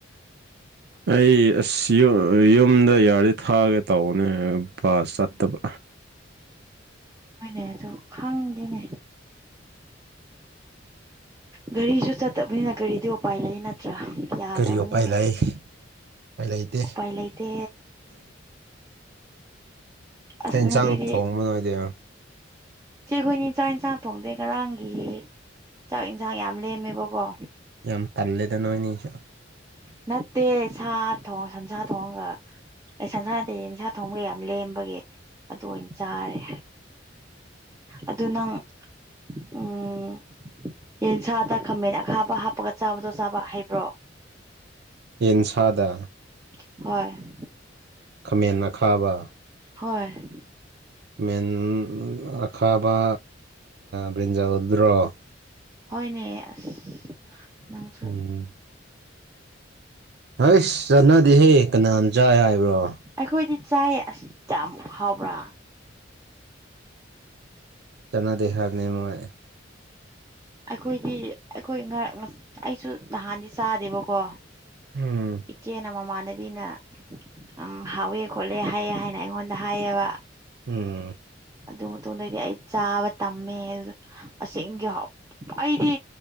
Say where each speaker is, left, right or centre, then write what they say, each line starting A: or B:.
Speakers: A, on the right; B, on the right.
A: ꯑꯩ ꯑꯁ ꯌꯨꯝꯗ ꯌꯥꯔꯤꯗꯤ ꯊꯥꯒꯦ ꯇꯧꯕꯅꯦ ꯕꯥꯁ ꯆꯠꯇꯕ
B: ꯍꯣꯏꯅꯦ ꯑꯗꯨ ꯈꯪꯗꯦꯅꯦ ꯒꯥꯔꯤꯁꯨ ꯆꯠꯇꯕꯅꯤꯅ ꯒꯥꯔꯤꯗꯤ ꯎꯄꯥꯏ ꯂꯩ ꯅꯠꯇ꯭ꯔꯥ ꯌꯥꯗꯕꯅꯤꯅ
A: ꯀꯔꯤ ꯎꯄꯥꯏ ꯂꯩ ꯎꯄꯥꯏ ꯂꯩꯇꯦ
B: ꯎꯄꯥꯏ ꯂꯩꯇꯦ ꯑꯁ
A: ꯌꯦꯟꯁꯥꯡ
B: ꯉꯁꯤꯗꯤ
A: ꯊꯣꯡꯕ ꯅꯣꯏ ꯅꯣꯏꯗꯦ
B: ꯢꯆꯦꯈꯣꯏꯅꯤ ꯆꯥꯛ ꯏꯟꯁꯥꯡ ꯊꯣꯡꯗꯦ ꯉꯔꯥꯡꯒꯤ ꯆꯥꯛ ꯏꯟꯁꯥꯡ ꯌꯥꯝ ꯂꯦꯝꯃꯦꯕꯀꯣ
A: ꯌꯥꯝ ꯇꯜꯂꯦꯗ ꯅꯣꯏꯅꯤꯁꯨ
B: ꯅꯠꯇꯦ ꯁꯥ ꯊꯣꯡ ꯁꯟꯁꯥ ꯊꯣꯡꯒ ꯑꯦ ꯁꯟꯁꯥ ꯌꯦꯟꯁꯥ ꯊꯣꯡꯉꯥ ꯌꯥꯝ ꯂꯦꯝꯕꯒꯤ ꯑꯗꯨ ꯑꯣꯏꯅ ꯆꯥꯔꯦ ꯑꯗꯨ ꯅꯪ ꯎꯝ ꯌꯦꯟꯁꯥꯗ ꯈꯝꯃꯦꯟ ꯑꯈꯥꯕ ꯍꯥꯞꯄꯒ ꯆꯥꯕꯗꯣ ꯆꯥꯕ ꯍꯩꯕ꯭ꯔꯣ
A: ꯌꯦꯟꯁꯥꯗ
B: ꯍꯣꯏ
A: ꯈꯥꯃꯦꯟ ꯑꯈꯥꯕ
B: ꯍꯣꯏ
A: ꯃꯦꯟ ꯑꯈꯥꯕ ꯕ꯭ꯔꯤꯟꯖꯥꯜꯗꯨꯔꯣ
B: ꯍꯣꯢꯅꯦ ꯑꯁ ꯅꯪꯁꯨ
A: ꯎꯝ ꯍꯁ ꯆꯅꯗꯦꯍꯦ ꯀꯅꯥꯅ ꯆꯥꯏ ꯍꯥꯏꯕ꯭ꯔꯣ
B: ꯑꯩꯈꯣꯏꯗꯤ ꯆꯥꯏ ꯑꯁꯤ ꯌꯥꯝ ꯍꯥꯎꯕ꯭ꯔꯥ
A: ꯆꯅꯥꯗꯦ ꯍꯥꯥꯢꯕꯅꯦ ꯃꯣꯢ
B: ꯑꯩꯈꯣꯏꯗꯤ ꯑꯩꯈꯣꯏ ꯑꯩꯁꯨ ꯅꯍꯥꯟꯗꯤ ꯆꯥꯗꯦꯕꯀꯣ
A: ꯎꯝ
B: ꯏꯆꯦꯅ ꯃꯃꯥꯟꯅꯕꯤꯅ ꯎꯝ ꯍꯥꯎꯋꯦ ꯈꯣꯠꯂꯦ ꯍꯥꯏꯑꯦ ꯍꯥꯏꯅ ꯑꯩꯉꯣꯟꯗ ꯍꯥꯏꯑꯦꯕ
A: ꯎꯝ
B: ꯑꯗꯨ ꯃꯇꯨꯡꯗꯗꯤ ꯑꯩ ꯆꯥꯕ ꯇꯝꯃꯦ ꯑꯗꯨꯗ ꯑꯁꯦꯡꯒꯤ ꯑꯩꯗꯤ